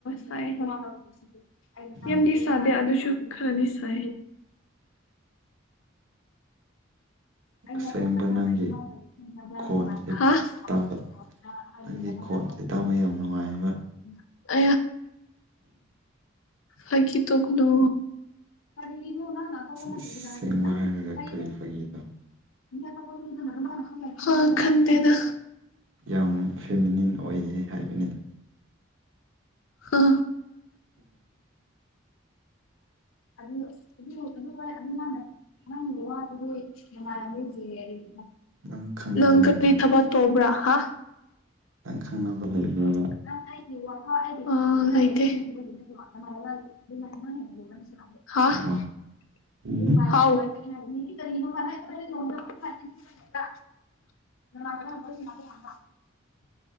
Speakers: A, on the left; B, on the right.
A: ꯁꯥꯏ ꯍꯣꯏ
B: ꯎꯝ
A: ꯌꯥꯝꯗꯤ ꯁꯥꯗꯦ ꯑꯗꯨꯁꯨ ꯈꯔꯅꯤꯁꯥꯏ ꯑꯩꯅ
B: ꯑꯁꯦꯡꯕ
A: ꯀꯣꯕ ꯊꯔ
B: ꯅꯪꯒꯤ
A: ꯃꯥꯅꯨꯡꯉꯥꯏ
B: ꯈꯣꯟꯁꯦ ꯇꯥꯕ ꯅꯪꯒꯤ ꯈꯣꯟꯁꯦ ꯇꯥꯕ ꯌꯥꯝ ꯅꯨꯡꯉꯥꯏꯕ
A: ꯑ ꯍꯥꯏ ꯇꯒꯅꯣ ꯑꯗ ꯏ ꯅꯪ ꯑꯀꯄꯅ
B: ꯑꯁꯦꯡꯕ
A: ꯊꯗꯅ
B: ꯍꯥꯏꯔꯒ
A: ꯍꯥꯏꯦ
B: ꯀꯔꯤ ꯐꯥꯒꯤꯅꯣ
A: ꯅ ꯍ ꯈꯟꯗꯗ
B: ꯌꯥꯝ ꯐꯦꯃꯤꯅꯤꯟ ꯑꯣꯏꯌꯦ ꯍꯥꯏꯕꯅꯤꯗ
A: ꯔ ꯑꯗꯨ ꯑꯗꯨ ꯑꯗꯨꯪ ꯂꯇꯗꯤꯅꯦꯔꯤ
B: ꯅꯪ ꯈꯪꯅꯕ
A: ꯂꯪꯀꯔꯤ
B: ꯂꯩꯕ꯭ꯔꯣ
A: ꯊꯕ ꯇꯣꯕ꯭ꯔꯥ ꯍꯥ
B: ꯂ ꯈꯪꯅꯕ ꯂꯩꯕ
A: ꯋꯥ ꯅꯣꯅ
B: ꯑꯣ ꯎꯝ
A: ꯅꯦ ꯍꯥꯏ